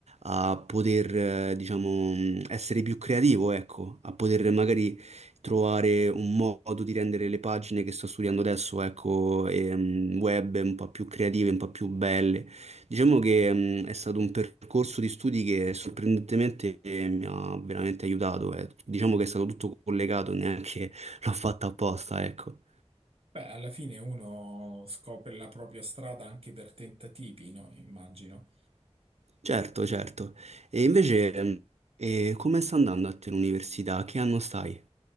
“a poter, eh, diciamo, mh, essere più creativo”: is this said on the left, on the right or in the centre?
Right